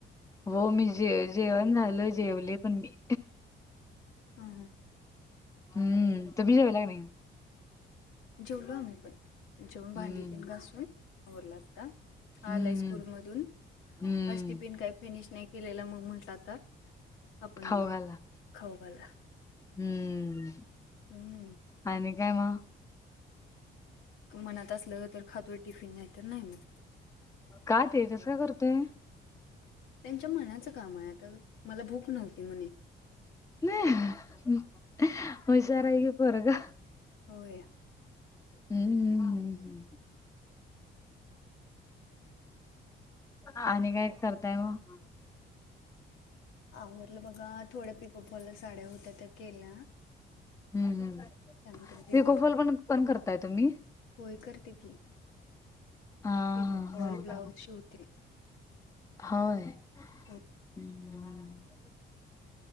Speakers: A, on the left; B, on the left.
A: हो मी जे जेवण झाल, जेवले पण मी.
B: हा, हां.
A: हम्म तुम्ही जेवला का नाही.
B: जेवलो आम्ही पण, जेवून भांडी
A: हम्म
B: तेन घासून आवरला आता.
A: हम्म
B: आलाय स्कूल मधून,
A: हम्म
B: आज टिफिन काही फिनिश नाही केलेला, मग म्हटलं आता. आपण
A: खाऊ घा ना,
B: खाऊ घाला
A: हम्म.
B: हम्म.
A: आणि काय मग?
B: मनात असलं, तर खातो टिफिन नाही तर नाही मग.
A: का ते तसं का करतोय.
B: त्यांच्या मनाचं काम आहे, आता मला भूक नव्हती म्हणे
A: नाही, हुशार हाय की पोरग.
B: होय.
A: हम्म, हम्, ह्. आणि काय करताय मग?
B: आवरडलं बघा, थोड्या पिको-फॉलासाड्या होत्या त्या केल्या.
A: हम्म, हम,
B: त्यानंतर जेवण
A: पीको-फॉल
B: करून
A: पण पण करताय तुम्ही?
B: होय करते की,
A: हा
B: फॉल
A: हा
B: लब्लाउज
A: हा
B: शिवते.
A: होय.
B: हम्म.
A: हम,